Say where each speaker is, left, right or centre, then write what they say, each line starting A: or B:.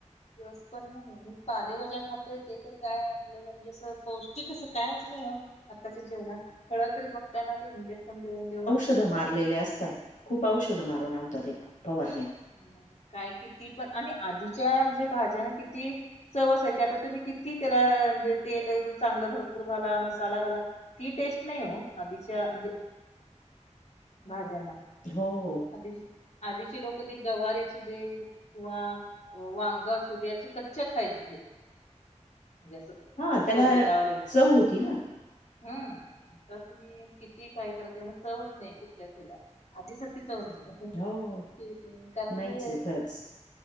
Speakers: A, on the left; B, on the left.
A: कस पण नाही. आणि पाले भाज्या खातोय ते तर काय आपल्याला म्हणजे असं, पौष्टिक असं कायच नाय ओ आताच्या जेवणात, फळ तरी बघताय ना ते इंजेक्शन देऊन, देऊन
B: षध मारलेले असता. खूप औषध मारून आणता ते फवारण्या
A: हूं काय किती पण आणि आधीच्या म्हणजे भाज्यांना किती चव असायची. आता तुम्ही किती त्याला म्हणजे तेल चांगलं भरपूर घाला, मसाला घाला. ती टेस्ट नाय ओ. आधीच्या म्हणजे भाज्यांना
B: हो हो.
A: आधीची आधीचे लोक ते गवारे असू दे किंवा वांग असू दे, असे कच्चे खायचेत लोक, म्हणजे असं
B: हां, त्याला
A: तोंडी लावलेत,
B: चव होती ना.
A: हम्म आता तुम्ही किती काय करा त्यांना चवच नाय. कुठल्या हेला, आधीसारखी चव नाहीये.
B: हो,
A: ठीक ये, कारण
B: नाहीच
A: ते
B: आहे खरंच.